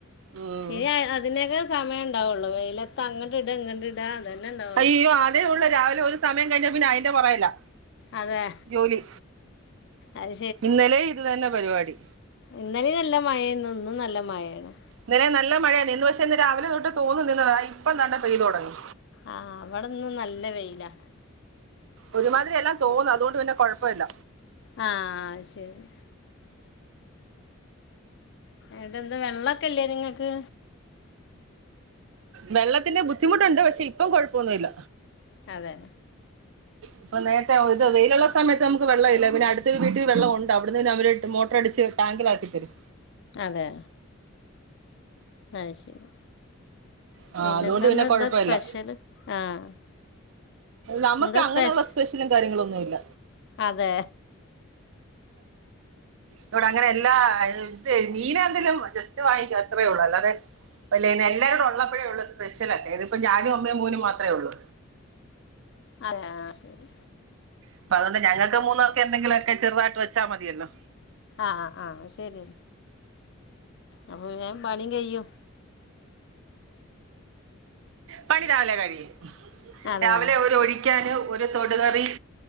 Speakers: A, on the right (about 70°); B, on the left (about 60°).
A: ഉം.
B: ഇനി അതിനൊക്കെ സമയം ഉണ്ടാവുള്ളൂ വെയിലത്തങ്ങട്ട് ഇടാ ഇങ്ങട്ട് ഇടാ ആഹ് അതന്നെ ഉണ്ടാവൂ
A: അയ്യോ അതേ ഉള്ളൂ രാവിലെ ഒരു സമയം കഴിഞ്ഞാ പിന്നെ അയിൻ്റെ പുറകിലാ
B: അതെ
A: ജോലി
B: അത്
A: ഇന്നലെയും ഇന്നും തന്നെ പരിപാടി
B: ഇന്നലെ നല്ല മഴ ആയിരുന്നു ഇന്നും നല്ല മഴയാണ്
A: ഇന്നലെ നല്ല മഴയാണ് ഇന്ന് പക്ഷേ ഇന്ന് രാവിലെ തൊട്ട് തൂന്ന് നിന്നീന്നതാ ഇപ്പം താണ്ടേ പെയ്തു തുടങ്ങി.
B: ആഹ് ഇവിടന്നും നല്ല വെയിലാ.
A: ഒരുമാതിരി എല്ലാം തോന്നാ അതുകൊണ്ട് പിന്നെ കുഴപ്പമില്ല.
B: ആഹ് ശെരി ഏടെ ഇന്ന് വെള്ളൊക്കെയില്ലേ നിങ്ങക്ക്?
A: വെള്ളത്തിന്റെ ബുദ്ധിമുട്ടുണ്ട്, പക്ഷെ ഇപ്പം കൊഴപ്പൊന്നൂല്ല.
B: അതെ
A: അപ്പൊ നേരത്തെ ഓര്ത് വെയിലുള്ള സമയത്ത് നമുക്ക് വെള്ളം ഇല്ല, പിന്നെ അടുത്തെരു വീട്ടിൽ വെള്ളം ഉണ്ട്. അവിടുന്ന് അവര് മോട്ടർ അടിച്ച് ടാങ്കിലാക്കി തരും.
B: അതെ അഹ് ശരി.
A: ആ
B: പിന്നെ
A: അതുകൊണ്ട്
B: എന്താന്നാ എന്താ
A: കുഴപ്പമില്ല
B: സ്പെഷ്യല് ആഹ്
A: നമക്ക്
B: എന്താ
A: അങ്ങനെയുള്ള
B: സ്പെഷ്
A: സ്പെഷ്യലും കാര്യങ്ങളും ഒന്നുല്ല.
B: അതെ
A: ഇവിടെ അങ്ങനെ എല്ലാ അ അതോ മീനാറിഞ്ഞല്ലോ ജസ്റ്റ് വാങ്ങിക്ക. അത്രയേ ഒള്ളൂ അല്ലാതെ അല്ലേ എല്ലാരോടും ഉള്ളപ്പോഴേ ഒള്ളൂ സ്പെഷ്യൽ ഒക്കെ ഇതിപ്പം ഞാനും അമ്മയും മോനും മാത്രേ ഒള്ളൂ.
B: അതേ ആഹ് ശരി.
A: അപ്പൊ അതുകൊണ്ട് ഞങ്ങക്ക് മൂന്നാർക്ക് എന്തെങ്കിലു ഒക്കെ ചെറുതായിട്ട് വെച്ചാൽ മതിയല്ലോ.
B: ആഹ് ആഹ് ശരി അപ്പൊം വേഗം പണി കയിയും
A: പണി രാവിലെ കഴിയും.
B: അതെ
A: രാവിലെ ഒരു ഒഴിക്കാന് ഒരു തൊടുകറിം